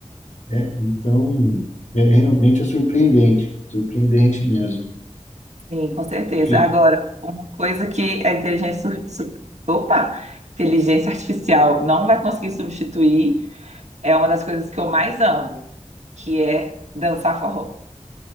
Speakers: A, on the left (about 80°); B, on the right (about 65°).
A: né? Então, é, é realmente é surpreendente, surpreendente mesmo.
B: Sim, com certeza.
A: <laughs>
B: Agora,
A: E
B: uma coisa que a inteligência, su- su- opa, inteligência artificial não vai conseguir substituir é uma das coisas que eu mais amo, que é dançar forró.